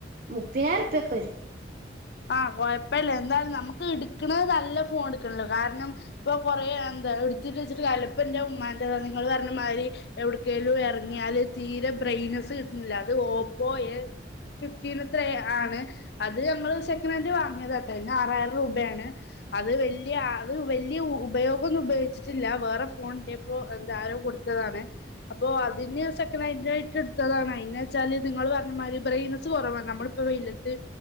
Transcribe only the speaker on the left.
ആഹ് കൊയപ്പല്ല്യാ. എന്തായാലും നമ്മുക്ക് ഇടുക്കണത് നല്ല ഫോൺ ഇടുക്കണല്ലോ. കാരണം ഇപ്പോ കൊറെ എം എന്താ എടുത്തിട്ട് വെച്ചിട്ട് കാര്യല്ല. ഇപ്പ ന്റെ ഉമ്മാന്റെതാണ് നിങ്ങൾ പറഞ്ഞ മാതിരി എവിടക്കെലും ഇറങ്ങിയാല് തീരെ ബ്രൈറ്റ്നെസ്സ് കിട്ടുന്നില്ല അത് ഓപ്പോയൽ ഫിഫ്റ്റീൻ എത്ര ആണ് അത് ഞങ്ങൾ സെക്ക നൻഡ് വാങ്ങിയത് കേട്ടോ അതിന് ആറായിരം രൂപയാണ് അത് വലിയ അത് വലിയ ഉപയോഗമൊന്നും ഉപയോഗിച്ചിട്ടില്ല വേറെ ഫോൺ ഇപ്പോ എന്താ ആരോ കൊടുത്തതാണ് അപ്പോ അതിന് സെക്കൻഡ് ഹാൻഡ് ആയിട്ട എടുത്തതാണ് അയിന് വെച്ചാല് നിങ്ങള് പറഞ്ഞ മാതിരി ബ്രെയിനസ് കുറവ നമ്മ പ്പ വെയിലത്ത്